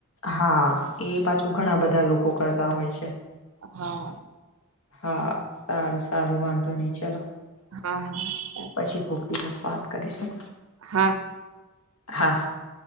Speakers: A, on the left (about 85°); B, on the right (about 70°).
A: હા એ પાછી ઘણા બધા લોકો કરતા હોય છે.
B: હા
A: હા સારું સારું વાંધો નહી ચલો.
B: હા હા.
A: પછી કોક દિવસ વાત કરીશું.
B: હા હા.
A: હા.